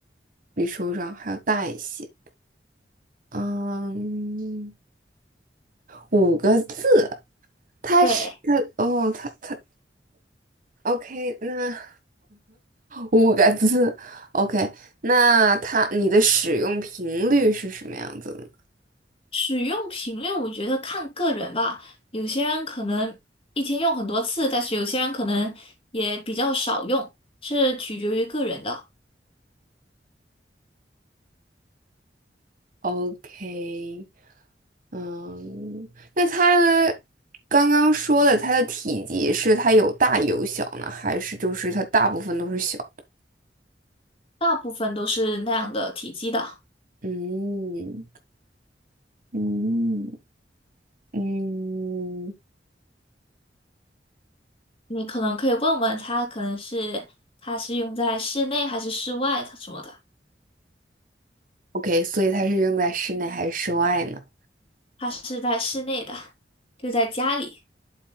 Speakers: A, on the right; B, on the left.
A: 比手掌还要大一些。嗯，五个字，它是它哦，
B: 对，
A: 它它 OK，那五个字 OK，那它你的使用频率是什么样子的？
B: 使用频率我觉得看个人吧，有些人可能一天用很多次，但是有些人可能也比较少用，是取决于个人的。
A: OK，嗯，那它刚刚说的它的体积是它有大有小呢，还是就是它大部分都是小的？
B: 大部分都是那样的体积的，
A: 嗯嗯嗯
B: 你可能可以问问他，可能是它是用在室内还是室外，的什么的，
A: ，OK，所以它是用在室内还是室外呢
B: 它是在室内的，就在家里。